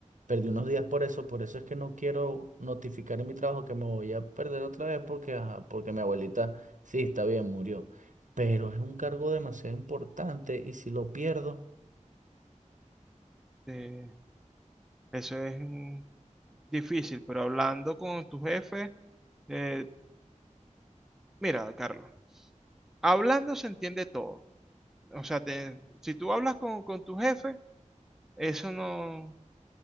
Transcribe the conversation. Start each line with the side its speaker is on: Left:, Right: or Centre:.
Right: perdí unos días por eso, por eso es que no quiero notificar en mi trabajo que me voy a perder otra vez porque, ajá, porque mi abuelita, sí, está bien, murió, pero es un cargo demasiado importante y si lo pierdo,
Centre: Eh, eso es mm, difícil, pero hablando con tu jefe, eh, mira, Carlos, hablando se entiende todo. O sea, te- si tú hablas con, con tu jefe, eso no,